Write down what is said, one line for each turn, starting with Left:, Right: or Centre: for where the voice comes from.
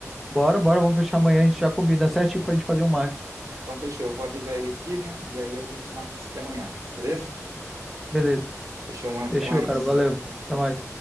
Centre: Bora, bora, vamos fechar amanhã, a gente já combina certinho pra gente fazer um marketing.
Right: Então fechou, eu vou avisar ele aqui, né? E aí a gente marca isso aqui amanhã, beleza?
Centre: Beleza,
Right: Fechou, mano,
Centre: fechou,
Right: até mais.
Centre: cara, valeu. Até mais.